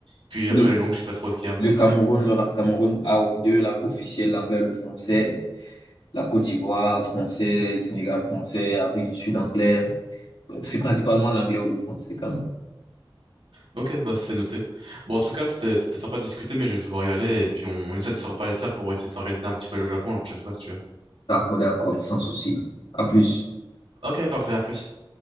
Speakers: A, on the right; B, on the left.
A: puis
B: Le,
A: après les langues, je sais pas trop ce qu'il y a.
B: le Cameroun, le Ra- Cameroun a deux langues officielles, l'anglais, le français. La Côte d'Ivoire, français, Sénégal, français, Afrique du Sud, anglais. C'est principalement l'anglais ou le français quand même.
A: Ok, bah c'est noté. Bon, en tout cas, c'était c'était sympa de discuter, mais je vais devoir y aller, et puis on, on essaie de se reparler de ça pour essayer de s'organiser un petit voyage au Japon la prochaine fois, si tu veux.
B: D'accord, d'accord, sans souci. À plus.
A: Ok, parfait, à plus.